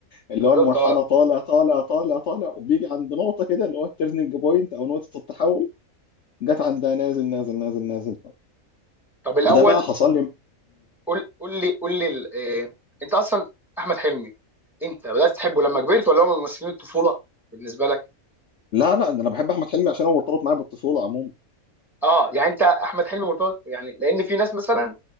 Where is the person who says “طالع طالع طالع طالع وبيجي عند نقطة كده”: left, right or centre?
Left